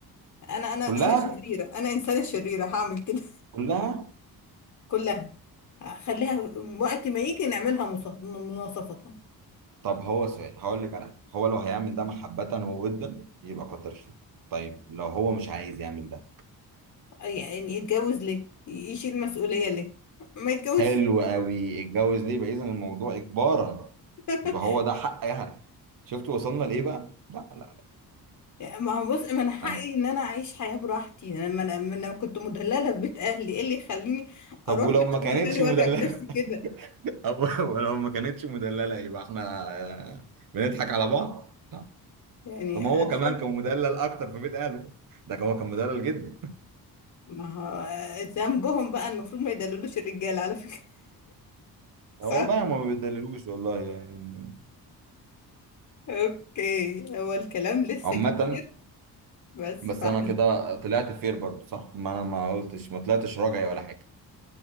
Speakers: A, on the left; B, on the right.
A: انا انا
B: كلها
A: انا شريرة انا انسانة شريرة هعمل كده
B: كلها
A: <laughs> كلها خليها وقت ما يجي نعملها مصاف- مناصفة
B: طب هو سؤال هقول لك على حاجة. هو لو هيعمل ده محبة وودا يبقى كتر خيره طيب لو هو مش عايز يعمل ده
A: يعني يتجوز ليه يشيل مسؤولية ليه ما يتجوز
B: حلو قوي اتجوز ليه يبقى اذا الموضوع اجبارا
A: <laughs>
B: يبقى هو ده حقها شفت وصلنا لايه بقى لا لا لا
A: ما هو بص من حقي
B: انا
A: ان انا اعيش حياة براحتي انا ما انا ما أنا كنت مدللة في بيت اهلي ايه اللي يخليني
B: طب
A: اروح
B: ولو
A: لحد
B: ما كانتش
A: تاني واتعب
B: مدللة
A: نفسي كده
B: <laughs> أو ولو ما كانتش مدللة يبقى احنا آه، بنضحك على بعض لا
A: يعني
B: طب ما
A: هنشوف
B: هو كمان كان مدلل اكتر في بيت اهله ده هو كان مدلل جدا
A: ما هو ذنبهم بقى المفروض ما يدللوش الرجال على فكرة <laughs>
B: لا
A: صح
B: والله ما بيدللوش والله يعني
A: اوكي هو الكلام لسه
B: عامة
A: كتير بس
B: بس
A: فاحنا
B: انا كده طلعت فير برضو صح ما انا ما قلتش ما طلعتش راجعي ولا حاجه